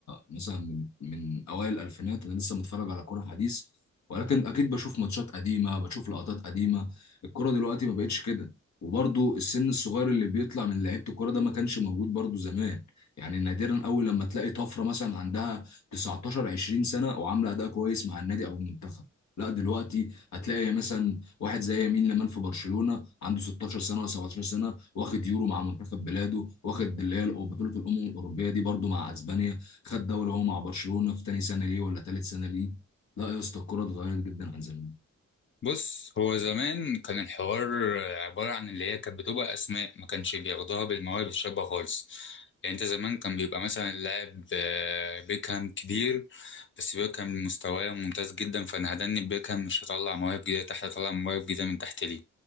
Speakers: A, on the left; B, on the left.
A: مثلا من من اوائل الالفينات انا لسه متفرج على كرة حديث ولكن اكيد بشوف ماتشات قديمة بشوف لقطات قديمة الكرة دلوقتي ما بقتش كده وبرضو السن الصغير اللي بيطلع من لعيبة الكرة ده ما كانش موجود برضو زمان يعني نادرا قوي لما تلاقي طفرة مثلا عندها 19 20 سنة وعاملة اداء كويس مع النادي او المنتخب لا دلوقتي هتلاقي مثلا واحد زي يمين لمال في برشلونة عنده 16 سنه ولا 17 سنه واخد يورو مع منتخب بلاده واخد اللي هي بطوله الامم الاوروبيه دي برده مع اسبانيا خد دوري هو مع برشلونه في تاني سنه ليه ولا تالت سنه ليه لا يا اسطى الكوره اتغيرت جدا عن زمان
B: بص هو زمان كان الحوار عبارة عن اللي هي كانت بتبقى أسماء ما كانش بياخدوها بالمواهب الشابة خالص يعني أنت زمان كان بيبقى مثلا اللاعب آه، بيكهام كبير بس بيكهام مستواه ممتاز جدا فأنا هدني بيكهام مش هطلع مواهب جديدة تحت هطلع مواهب جديدة من تحت ليه